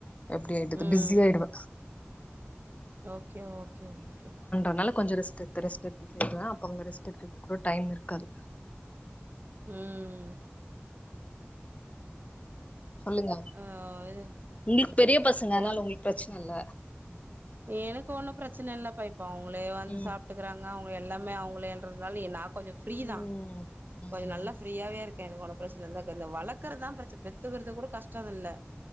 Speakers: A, on the left; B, on the right.
A: எப்படி ஆவாது
B: ம்
A: பிஸியாயுடுவ
B: ஓகே ஓகே ஓகே
A: அதனால கொஞ்சம் ரெஸ்ட் எடுத்து ரெஸ்ட் எடுத்து செய்றேஅப்ப அங்க ரெஸ்ட் எடுக்கிறது கூட டைம் இருக்காது
B: உம்
A: சொல்லுங்க
B: ஆ இது
A: உங்களுக்கு பெரிய பசங்க அதனால
B: ஒன்
A: உங்களுக்கு பிரச்சன இல்ல
B: எனக்கு ஒன்னும் பிரச்சன இல்ல பா இப்ப அவங்களே வந்து
A: ம்
B: சாப்புட்டுக்கிறாங்க அவுங்க எல்லாமே அவுங்களே என்றதுனால நாக் கொஞ்சம் ஃப்ரீ
A: ம்
B: தான்
A: ம்
B: கொஞ்சம் நல்லா ஃப்ரீயாவே இருக் <unintelligible> பிரஸ் எனக்கு இந்த வளக்கறதான் பிரச்ச பெத்துக்கறது கூட கஷ்டமில்ல